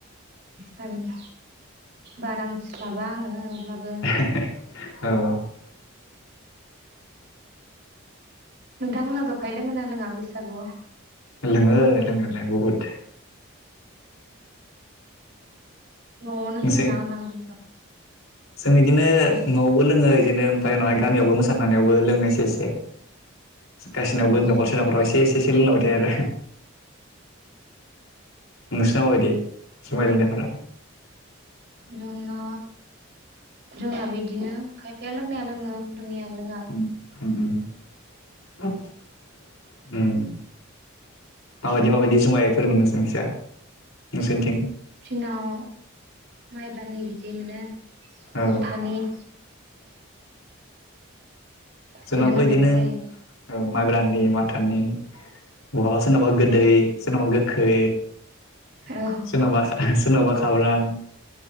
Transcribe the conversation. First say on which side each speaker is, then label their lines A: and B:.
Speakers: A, on the right; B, on the left.
A: जागोन बारा मो थिस्लाबा आङो
B: औ
A: अब्लाबो नोंथांमोनहा जखाय लोङो ना लोङा बैसागुआव?
B: लोङो लोंनायालाय बहुत
A: नवावनो
B: जों
A: दङना ना गुबु नाव
B: जों इदिनो नव बो लोङो बिदिनो ओमफ्राय उनावहाय गामियावबो मोसानो थांनायावबो लोङो एसे एसे गासिनावबो
A: अ
B: नखरसे नखराव एसे एसे एसे लोंलांबाय थायो आरो नोंसिनाव माबायदि जुमाय लोंनायफोरा?
A: जोंना जोंना बिदिनो खायफाया लोंनाया लोङो लोंङैया लोङा
B: उम उम उम उम माबायदि माबायदि जुमाय? फोर मोनो नोंसोरथिजा नोंसोरनिथिं?
A: जोंनाव माइब्रानि बिदै मोनो
B: औ
A: माथानि <inaudible> बिदिनो
B: जोंनाबो
A: मोनलानाय
B: इदिनो
A: जायो
B: औ माइब्रानि माथानि <inaudible> बहाबा सोरनावबा गोदै
A: औ
B: सोरनावबा गोख खै
A: औ
B: सोरनावबा सोरनावबा खाब्रां